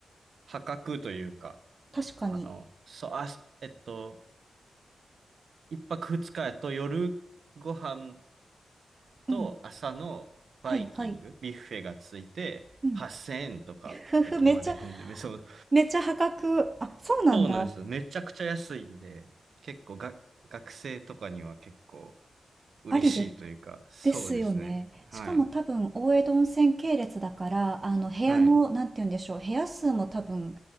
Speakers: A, on the right; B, on the right.
A: 破格というか、
B: 確かに。
A: あの、そう、あ、えっと、一泊二日やと夜ご飯
B: うん。
A: と朝のバイキング、
B: はいはい。
A: ビュッフェがついて8000円とかで泊まれるんで、
B: うん。ふふ、めっちゃ、
A: <laughs> めそう、
B: めっちゃ破格。あ、そうなんだ。
A: そうなんですよ。めちゃくちゃ安いんで、結構が、学生とかには結構嬉しいというか、
B: ありで、
A: そうですね。
B: ですよね。
A: はい。
B: しかも多分、大江戸温泉系列だから、あの、部屋の、
A: はい。
B: なんて言うんでしょう、部屋数も多分、